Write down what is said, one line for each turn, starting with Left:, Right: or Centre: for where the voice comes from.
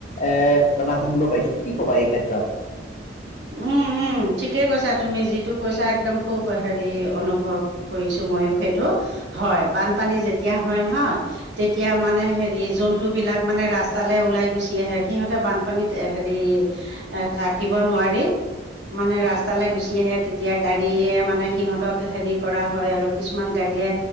Left: এ ঘটনা শুনিব পাইছো, কি কবা এই ক্ষেত্ৰত?
Right: উম। উম ঠিকেই কৈছা তুমি যিটো কৈছা একদম খুব হেৰি অনুভৱ কৰিছো ময়ো সেইটো হয় বানপানী যেতিয়া হয় নহয় তেতিয়া মানে হেৰি জন্তুবিলাক মানে ৰাস্তা তালে ওলাই গুচি আহে সিহঁতে বানপানীত হেৰি এ থাকিব নোৱাৰি মানে ৰাস্তালৈ গুচি আহে তেতিয়া গাড়ীয়ে মানে সিহঁতক হেৰি কৰা হয় আৰু কিছুমান গাড়ীয়ে।